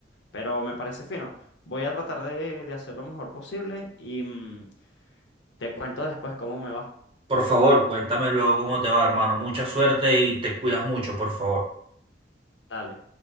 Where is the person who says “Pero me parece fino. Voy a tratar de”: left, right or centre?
Left